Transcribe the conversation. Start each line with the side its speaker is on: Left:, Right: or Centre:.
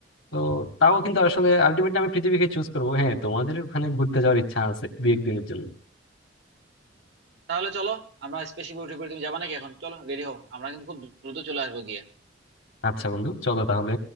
Left: তো তাও কিন্তু আসলে আলটিমেটলি আমি পৃথিবীকে চুজ করবো হ্যাঁ তোমাদের ওখানে ঘুরতে যাওয়ার ইচ্ছা আছে দু একদিনের জন্য
Right: তাহলে চলো আমরা স্পেসিফিক উঠে পড়ি তুমি যাবা নাকি এখন চলো রেডি হও আমরা কিন্তু খুব দ্রুত চলে আসবো গিয়ে
Left: আচ্ছা বন্ধু চলো তাহলে